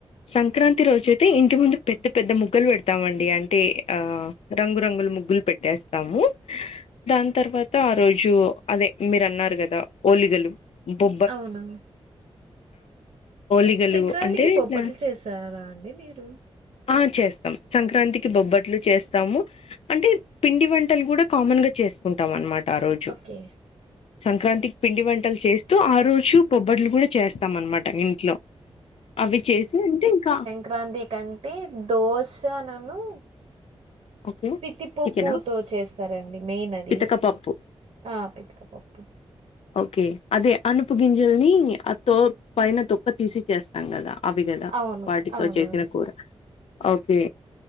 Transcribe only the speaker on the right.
అవును
సంక్రాంతికి
బొబ్బట్లు
చేసారా అండి మీరు.
ఓకే.
క్రాంతి కంటే దోసనును
పితిపప్పుతో
చేస్తారండి. మెయిన్ అది
ఆ పితకపప్పు
అవును.
అవునవును.